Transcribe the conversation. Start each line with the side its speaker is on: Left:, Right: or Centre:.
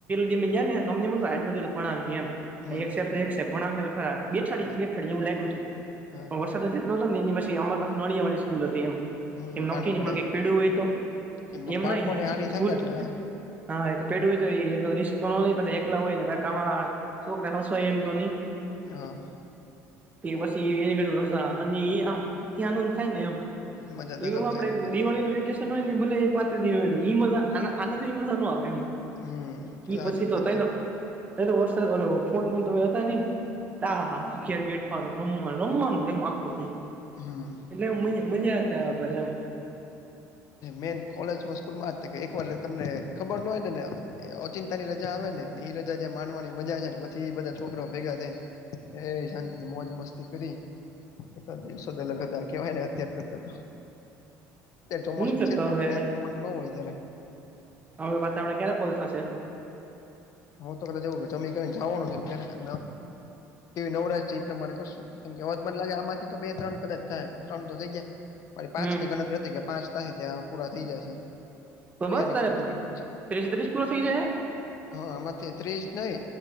Right: <unintelligible> ભણાવી એમ
Left: હમ
Right: એક સાયેબ તો એક સાયેબ ભણાવહે તો ખરા બેઠાડી
Left: હા
Right: બેઠાડી એવુ લાગ્યું તું
Left: હા
Right: પણ વરસાદ એટલો તો ને એની પછી પાસે નળિયા વાળી સ્કૂલ હતી એમ
Left: હમ
Right: એમ
Left: પાણી
Right: નોકી ની
Left: પડે
Right: મળે કક પેડું હોય તો
Left: એ
Right: એમ
Left: બાળકોને
Right: નઇ
Left: હાની
Right: સ્કૂલ
Left: થાય ને એટલે
Right: <unintelligible> શોકરા હસો એમ તો ની
Left: હા
Right: તે પછી એને કજુ રજા અને ઇ આમ ત્યાં નંદ થાય ને આમ
Left: મજા જ
Right: એ
Left: અલગ
Right: વુ આપડે
Left: છે એની તો
Right: દિવાળીનું વેકેશન હોય ને ભલે એ પાત્રી દીવ ઇ મજા આના આનાથી મજા ન આવે એમ
Left: હમ
Right: ઇ
Left: એ
Right: પછી
Left: સાચી
Right: તો
Left: વાત
Right: તઇનો
Left: છે
Right: વરસાદ ઓ ફોન બમે હતા ન આા હા બેઠ નું રમવાનું રમવાનું કેમ આખું નહી
Left: હમ
Right: એટલે મ મજા જ ઘર એમ.
Left: મેન કોલેજ સ્કૂલ માં જ એક વાર તમને ખબર ન હોય નેને ચિંતાની રજા આવે ને અને એ રજા જે માનવાની મજા આવે છે ને પછી એ બધા છોકરાઓ ભેગા થઈને. એ શાંતિ થી મોજ મસ્તી કરી એલા દિવસો દલગ હતા કેવાયને અથ્યાર કરતા હતા. ચોમાસું
Right: હું છે
Left: જ
Right: તો
Left: ને
Right: હવે
Left: પણ એ પ્રમાણે ન હોય.
Right: હવે પાછા આપડ ક્યારે કોોલ થશે?
Left: હું તો કદાચ એવું જમી જવાનું છે <unintelligible> નવરાજ છે એ પ્રમાણે કરશું. કેમ કે હવાજ મન લાગે આમાંથી તો બે ત્રણ કદાચ થાય ત્રણ તો થઈ ગયા. મારી પાંચ
Right: હમ
Left: ની ગણતરી હતી કે પાંચ થશે ત્યા પૂરા થઈ જશે.
Right: તો
Left: જોયા
Right: બસ
Left: ને
Right: તારે
Left: કેટલી મિનિટ છે
Right: તેત્રીસ પૂરા થઇ જાય.
Left: હા આમાંથી ત્રીસ નઈ